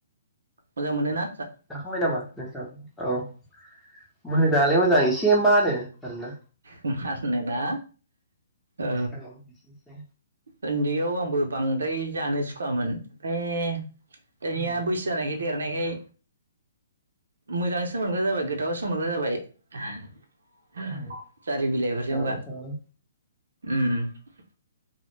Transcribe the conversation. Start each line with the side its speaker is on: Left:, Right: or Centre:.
Right: मोजां मोनो ना?
Centre: जाखांबाय नामा नोंस्रा औ <unintelligible> जालाय मोजां एसे मानो आरोना।
Right: माननो ना? ओ
Centre: औ एसे एसे
Right: उन्दैयाव आंबो बां ओइ जानो सुखुवामोन ओमफ्राय दानिया
Centre: ओम
Right: बैसो जानायखाय देरनायखाय मोजां मोनग्रा जाबाय
Centre: ओम
Right: गोथाव सोमोनग्रा जाबाय। <unintelligible>
Centre: ओम
Right: जारि बिलाइफोरजोंबा
Centre: जाबाय थाबानो
Right: ओम।